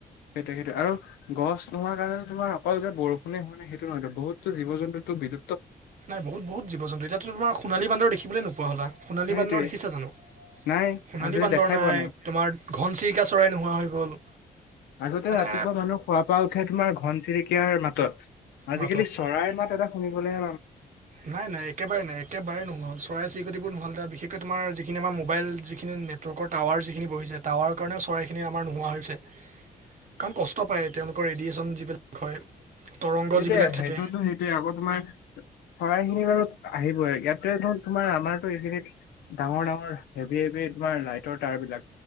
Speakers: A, on the left; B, on the right.
A: সেইটো-সেইটো আৰু গছ নোহোৱা কাৰণে তোমাৰ অকল যে বৰষুণে হোৱা নাই সেইটো নহয়তো বহুতো জীৱ জন্তুতো বি
B: নাই বহুত বহুত জী জন্তু এতিাতো তোমাৰোণালী বান্দৰ দেখিবলৈ নোপোৱা হলা সোণী
A: সেইটোৱে
B: বান্দৰখিছ জানো?
A: নাই
B: সোণালী
A: আজিলৈ
B: বান্দৰ
A: দেখাই
B: নাই,
A: পোৱা
B: তোমাৰ ঘনচিৰিকা চৰাই নোহোৱা হৈ গল।
A: আগতে
B: মানে
A: ৰাতিপুৱা মানুহ খুৱ পৰা উঠে তোমাৰ ঘন চিৰিক <unintelligible> মাতত আজিকালি
B: মাতত
A: চৰাইৰ মাত এটা শুনিবলে
B: নাই-নাই একেবাৰে নাই - একেবাৰে নহল চৰাই চিৰিকটবোৰ নহ'ল তাৰ বিশে বিশেষকৈ তোমাৰ যিখিনি আমাৰ মোবাইল যিখিনি নেটৱৰ্কৰ টাৱাৰ যিখিনি বহিছে টাৱাৰ কাৰণেও চৰাইখিন আমাৰ নোহোৱা হৈছে। কাৰণ কষ্ট পায়, তেওঁলোকৰ ৰেডিয়েচন যিবিলাক হয়। তৰংগ
A: সেইটোয়ে
B: যিবিলাক থাকে
A: সেইটোতো সেইটোয়ে আকৌ তোমাৰ চৰাই <unintelligible> বাৰু আহিবই ইয়াতে তোমাৰ আমাৰতো এইখিনিত ডাঙৰ-ডাঙৰ হেভি-হেভি তোমাৰ লাইটৰ তাঁৰ বিলাক।